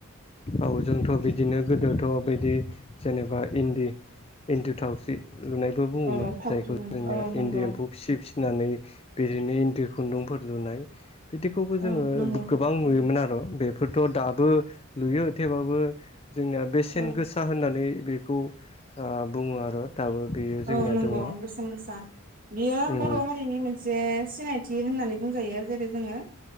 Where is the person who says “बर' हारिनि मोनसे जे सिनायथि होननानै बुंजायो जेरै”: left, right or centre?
Right